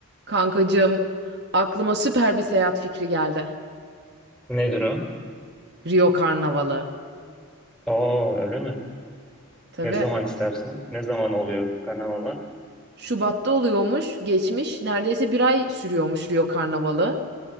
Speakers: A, on the right; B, in the centre.
A: Kankacığım, aklıma süper bir seyahat fikri geldi.
B: Nedir o?
A: Rio Karnavalı.
B: Oo öyle mi?
A: Tabii.
B: Ne zaman istersin? Ne zaman oluyor karnavalar?
A: Şubat'ta oluyormuş, geçmiş. Neredeyse bir ay sürüyormuş Rio Karnavalı.